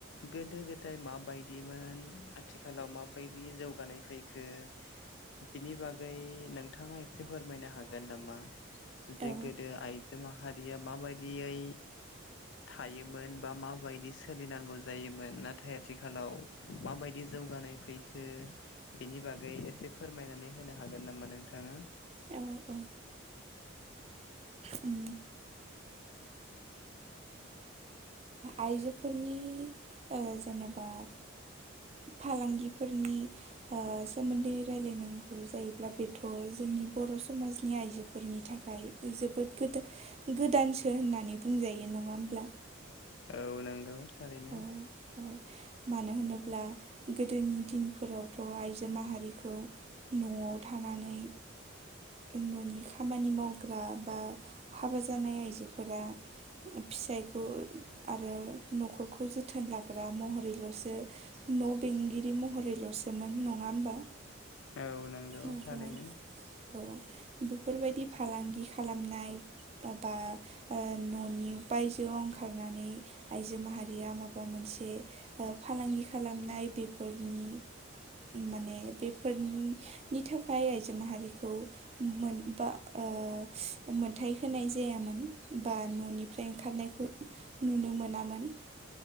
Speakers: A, on the left (about 65°); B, on the right (about 30°).
A: गोदो गोदाय माबायदिमोन आथिखालाव माबायदि जौगानाय फैखो बिनि बागै नोंथाङा एसे फोरमायनो नामा? जे
B: औ
A: गोदो आइजो माहारिया माबायदियै थायोमोन बा माबायदि सोलिनांगौ जायोमोन, नाथाय आथिखालाव माबायदि जौगानाय फै खो बिनि बागै एसे फोरमायनानै होनो हागोन नामा नोंथाङा?
B: औ औ उम आइजोफोरनि ओ जेनेबा फालांगिफोरनि ओ सोमोन्दै रायलायनांगौ जायोब्ला बेथ' जोंनि बर' समाजनि आइजोफोरनि थाखाय जोबोद गोदा-गोदानसो होननानै बुंजायो नङा होमब्ला?
A: औ नंगौ थारैनो।
B: औ औ। मानो होनोब्ला गोदोनि दिनफोरावथ' आइजो माहारिखौ न'आव थानानै न'नि खामानि मावग्रा बा हाबा जानाय आइजोफोरा फिसायखौ आरो न'खरखौ जोथोन लाग्रा महरैल'सो न' बेंगिरि महरैल'सोमोन नङा होमबा?
A: औ
B: नंगौ।
A: थारैनो
B: औ बेफोरबायदि फालांगि खालामनाय बा ओ न'नि बायजोआव ओंखारनानै आइजो माहारिया माबा बा मोनसे ओ फालांगि खालामनाय बेफोरनि माने बेफोरनिनि थाखाय आइजो माहारिखौ मोन बा ओ मोनथाय जायामोन बा न'नि फ्राय ओंखारनायखौ नुनो मोनामोन।